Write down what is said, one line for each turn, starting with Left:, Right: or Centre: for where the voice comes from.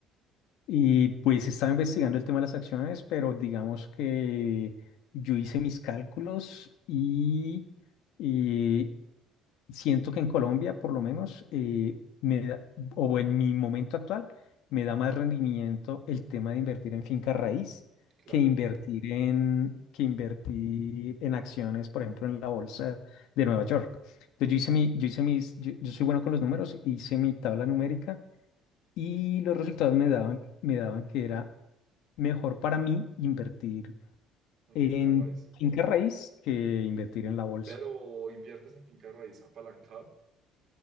Left: Y pues estaba investigando el tema de las acciones, pero digamos que yo hice mis cálculos y, y siento que en Colombia, por lo menos, eh, me da- o en mi momento actual, me da más rendimiento el tema de invertir en finca raíz
Right: Claro,
Left: que invertir en, que invertir en acciones, por ejemplo, en la bolsa de Nueva York. Entonces, yo hice mi, yo hice mis, yo, yo soy bueno con los números, hice mi tabla numérica y los resultados me daban, me daban que era mejor para mí invertir
Right: en
Left: en
Right: Finca Raíz.
Left: finca raíz que invertir en la bolsa.
Right: pero inviertes en finca raíz apalancado.